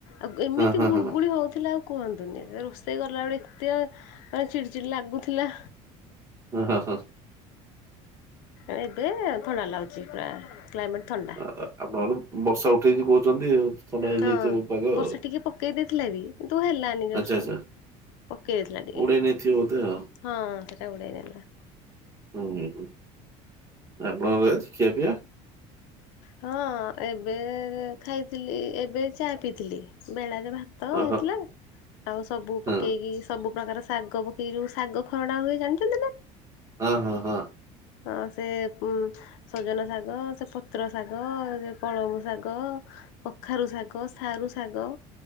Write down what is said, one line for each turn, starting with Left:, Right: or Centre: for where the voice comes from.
Left: ଆଉ ଗ ଏମିତି
Right: ହଁ ହଁ
Left: ଗୁଳଗୁଳି
Right: ହଁ
Left: ହଉଥିଲା ଆଉ କୁହନ୍ତୁନି ରୋଷେଇ କଲାବେଳେ ଏତେ ମାନେ ଚିଡ଼ି ଚିଡ଼ି ଲାଗୁଥିଲା।
Right: ହୁଁ ହଁ ହୁଁ।
Left: ଏବେ ଥଣ୍ଡା ଲାଗୁଚି ପୁରା କ୍ଲାଇମେଟ ଥଣ୍ଡା।
Right: ଆ ଆପଣଙ୍କ ର ବର୍ଷା ଉଠେଇଚି କହୁଚନ୍ତି ଥଣ୍ଡା ହେଇଯାଇଥିବ
Left: ହଁ
Right: ପାଗ
Left: ବର୍ଷା
Right: ଆଉ।
Left: ଟିକେ ପକେଇ ଦେଇଥିଲା ବି କିତୁ ହେଲାନି ଜଷ୍ଟ
Right: ଆଚ୍ଛା ଆଚ୍ଛା
Left: ପକେଇ ଦେଇଥିଲା ଟିକେ।
Right: ଉଡେଇ ନେଇଥିବ ବୋଧେ ଆଉ
Left: ହଁ ସେଟା ଉଡେଇନଲା।
Right: ହୁଁ ହୁଁ। ଆପଣଙ୍କର ଆଜି ଖିଆପିଆ?
Left: ହଁ ଏବେ ଏ ଖାଇଥିଲି ଏବେ ଚା ପିଇଥିଲି ବେଳାରେ ଭା ତ
Right: ଓହୋ
Left: ହେଇଥିଲା ଆଉ ସବୁ
Right: ହଁ
Left: ପକେଇକି ସବୁ ପ୍ର୍ରକାର ଶାଗ ପକେଇକି ଯୋଉ ଶାଗ ଖରଡ଼ା ହୁଏ ଜାଣିଚନ୍ତି ନା?
Right: ହଁ ହଁ ହଁ।
Left: ହଁ ସେ ଉ ସଜନ ଶାଗ ସେ ପତ୍ର ଶାଗ ସେ ପାଳଙ୍ଗ ଶାଗ କଖାରୁ ଶାଗ ସାରୁ ଶାଗ